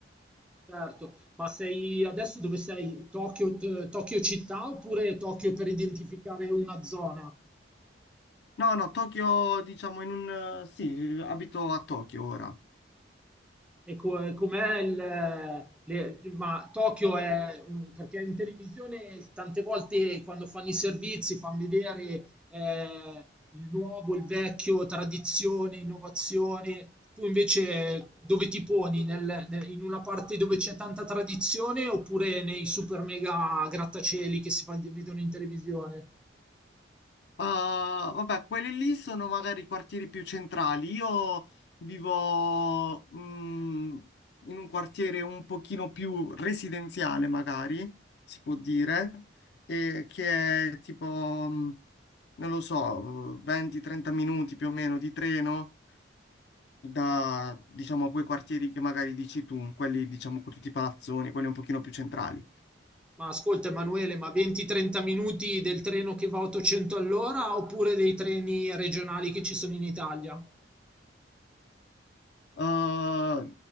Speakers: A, in the centre; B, on the left.
A: Certo, ma sei adesso dove sei? Tokyo, t- Tokyo città oppure Tokyo per identificare una zona?
B: No, no, Tokyo, diciamo, in un... eh, Sì, abito a Tokyo ora.
A: E co- com'è il... le- ma Tokyo è... un- perché in televisione tante volte quando fanno i servizi fanno vedere eh, il nuovo, il vecchio, tradizione, innovazione. Tu invece dove ti poni? Nel- nel- in una parte dove c'è tanta tradizione oppure nei super mega grattacieli che si fanno- vedono in televisione?
B: Ah, vabbè, quelli lì sono magari i quartieri più centrali. Io vivo mm, in un quartiere un pochino più residenziale, magari, si può dire, e che è tipo, mm, non lo so, 20-30 minuti più o meno di treno da, diciamo, quei quartieri che magari dici tu, quelli, diciamo, con tutti i palazzoni, quelli un pochino più centrali.
A: Ma ascolta Emanuele, ma 20-30 minuti del treno che va a 800 all'ora oppure dei treni regionali che ci sono in Italia?
B: Uh,